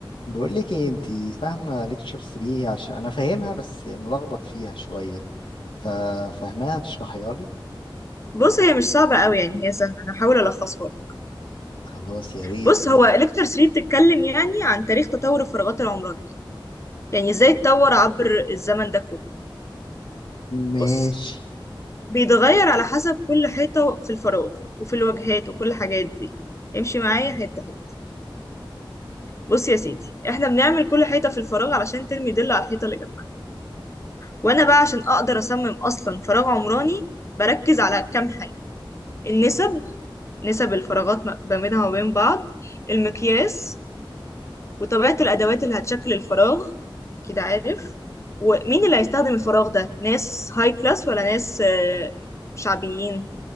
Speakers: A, on the left; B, on the left.
A: بقول لك ايه انتي فاهمه ليكتشر 3 عشان انا فاهمها بس ملخبط فيها شويه ففاهماها تشرحيها لي
B: بص هي مش صعبة قوي يعني هي سهلة أنا هحاول ألخصها لك
A: خلاص يا ريت
B: بص
A: ماشي
B: هو ليكتشر 3 بتتكلم يعني عن تاريخ تطور الفراغات العمرانية يعني إزاي اتطور عبر الزمن ده كله
A: ماشي
B: بص بيتغير على حسب كل حيطة في الفراغ وفي الواجهات وكل الحاجات دي امشي معايا حتة حتة بص يا سيدي احنا بنعمل كل حيطة في الفراغ علشان ترمي ضل على الحيطة اللي جنبها وأنا بقى عشان أقدر أصمم أصلا فراغ عمراني بركز على كام حاجة النسب نسب الفراغات ما بينها وبين بعض المقياس وطبيعة الأدوات اللي هتشكل الفراغ أكيد عارف ومين اللي هيستخدم الفراغ ده ناس هاي كلاس ولا ناس آه، شعبيين